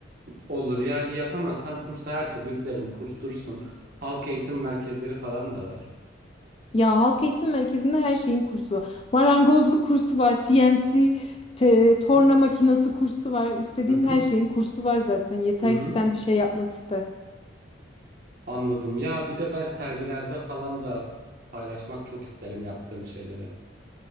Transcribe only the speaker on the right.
Olur yani yapamazsam kursa her türlü giderim. Kurs dursun. Halk eğitim merkezleri falan da var.
Hı
hı.
Hı hı.
Hı hı.
Anladım. Ya bir de ben sergilerde falan da paylaşmak çok isterim yaptığım şeyleri.